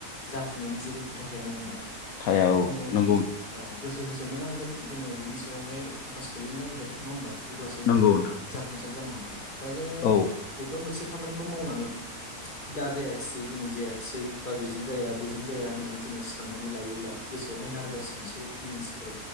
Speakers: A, on the left; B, on the left.
A: जाफुङैनि जेबो खोथा थाया नङा होमबा।
B: थाया औ
A: जोङो
B: नंगौ।
A: औ गोसो होसोमनो नांगोन जोङो बिनि सायावहाय फकास गोलैनो नांगोन नङा होमबा। अब्लासो
B: नंगौ
A: जोङो
B: नोंथां
A: जाफुंसार जानो हागोन। दा जोङो
B: औ
A: बबेबा मोनसे खामानि बेखौ मावनानै दा जायाखिसै दिनै जायाखिसै बा बिजों जाया बैजों जाया होननानै जोङो साननानै लायोब्ला गोसोआवहाय नारभास मोनसे फिलिंचफोर